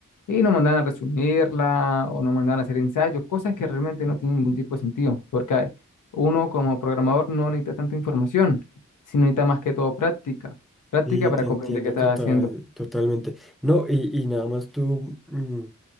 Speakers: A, on the left; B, in the centre.
A: y nos mandaban a resumirla o nos mandaban a hacer ensayos, cosas que realmente no tienen ningún tipo de sentido, porque uno como programador no necesita tanta información, sino necesita más que todo práctica, práctica
B: Sí,
A: para
B: te
A: comprender
B: entiendo
A: qué está
B: total,
A: haciendo.
B: totalmente. No, y, y nada más tú. mm,